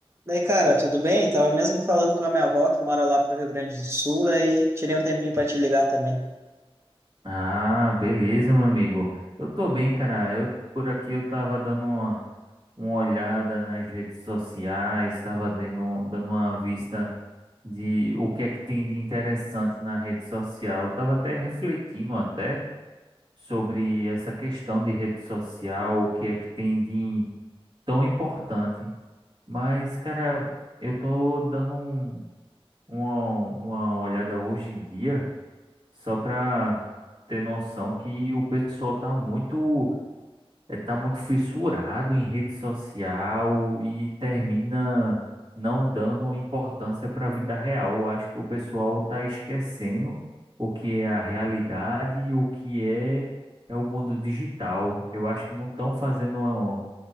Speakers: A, on the right; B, on the right.
A: Daí, cara, tudo bem? Tava mesmo falando com a minha avó, que mora lá pro Rio Grande do Sul, aí tirei um tempinho para te ligar também.
B: Ah, beleza, meu amigo. Eu tô bem, cara. Eu por aqui eu tava dando uma, uma olhada nas redes sociais, tava dando, dando uma vista de o que é que tem de interessante na rede social. Eu tava até refletindo até sobre essa questão de rede social, o que é que tem de tão importante. Mas, cara, eu tô dando um- uma, uma olhada hoje em dia. Só para ter noção que o pessoal tá muito, eh, tá muito fissurado em rede social e termina não dando importância para a vida real. Eu acho que o pessoal tá esquecendo o que é a realidade e o que é, é o mundo digital. Eu acho que não estão fazendo uma,